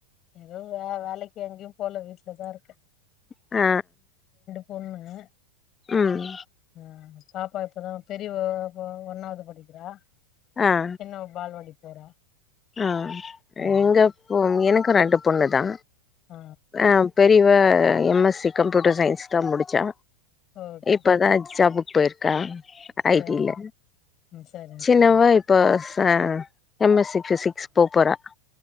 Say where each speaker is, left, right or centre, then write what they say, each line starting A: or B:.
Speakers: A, on the left (about 30°); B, on the left (about 15°).
A: எதுவு வே-வேலைக்கு எங்கயு போல வீட்லதா இருக்க
B: ஆ
A: பொண்ணு
B: ம்
A: ஆ பாப்பா இப்பதா பெரியவ வ ஒண்ணாவது படிக்கிறா
B: ஆ
A: சின்னவ பால்வாடி போறா
B: ஆ
A: ம்
B: எங்க பொ எனக்கு ரெண்டு பொண்ணு தா
A: ஆ
B: ஆ பெரியவ M S C computer science தா முடிச்சா
A: ஓகே
B: இப்பதா ஜாபு போய்ருக்கா
A: சரிங்க
B: ஐ டில
A: ம் சரிங்க
B: சின்னவ
A: சரிங்க
B: இப்ப ச எம் எஸ் சி போபோறா